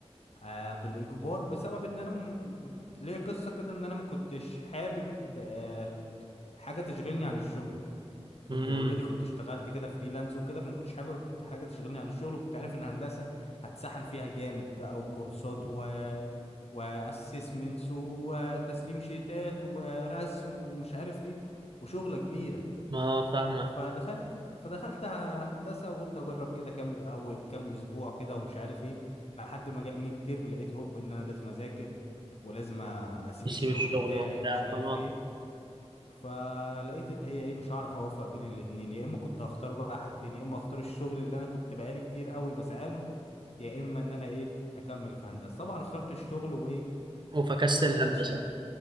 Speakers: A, on the left (about 70°); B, on the right (about 45°).
A: آه بالاجبار بسبب ان انا م... م- ليا قصه كده ان انا ما كنتش حابب آه حاجه تشغلني عن الشغل
B: امم
A: كنت اوريدي كنت اشتغلت كده فريلانس وكده فما كنتش حابب حاجه تشغلني عن الشغل وكنت عارف ان هندسه هتسحل فيها جامد بقى وكورسات و واسسمنتس وتسليم شيتات ورسم ومش عارف ايه وشغله كبيره
B: ما فاهمك
A: فدخلت فدخلت هندسة وقلت اجرب كده كام اول كام اسبوع كده ومش عارف ايه لحد ما جال ميد ترم لقيت هوب ان انا لازم اذاكر ولازم اسيب
B: تسيب
A: الشغل
B: الشغل
A: بتاعي
B: وبتاع
A: ومش عارف
B: اه
A: ايه فلقيت ان هي ايه مش هعرف اوفق بين الاتنين يا اما كنت هختار بقى حاجتين يا اما هختار الشغل اللي انا كنت بقالي كتير قوي بسعاله يا اما ان انا ايه اكمل في هندسة طبعا اخترت الشغل وايه
B: وفكست
A: وما
B: الهندسة
A: دخلتش الامت...